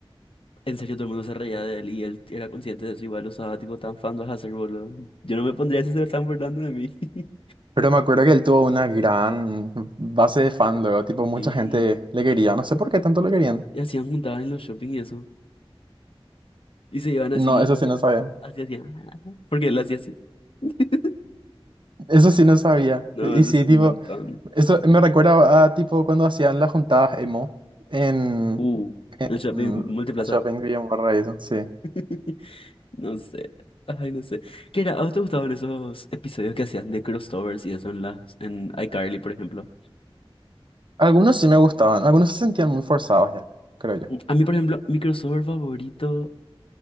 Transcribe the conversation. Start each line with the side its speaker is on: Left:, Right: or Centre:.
Left: en serio todo el mundo se reía de él y él era consciente de eso, igual usaba tipo tan fandom a hacer, boludo. Yo no me pondría si se lo están burlando de mí. <laughs>
Right: Pero me acuerdo que él tuvo una gran base de fan luego, tipo, mucha
Left: Sí.
Right: gente le quería, no sé por qué tanto le querían.
Left: Y hacían juntadas en los shopping y eso. Y se iban así,
Right: No, eso sí no sabía.
Left: así así <laughs> Porque él hacía así. <laughs>
Right: Eso sí no sabía.
Left: No,
Right: Y
Left: eso
Right: sí,
Left: sí, un
Right: tipo,
Left: montón.
Right: eso me recuerda a, tipo, cuando hacían las juntadas emo en,
Left: Uh, el shopping
Right: en
Left: multiplaza.
Right: Shopping Villa Barra y eso, sí.
Left: <laughs> No sé. Ay, no sé. ¿Qué era? ¿A vos te gustaban esos episodios que hacían de crossovers y eso en las, en iCarly, por ejemplo?
Right: Algunos sí me gustaban, algunos se sentían muy forzados ya, creo yo.
Left: A mí, por ejemplo, mi crossover favorito,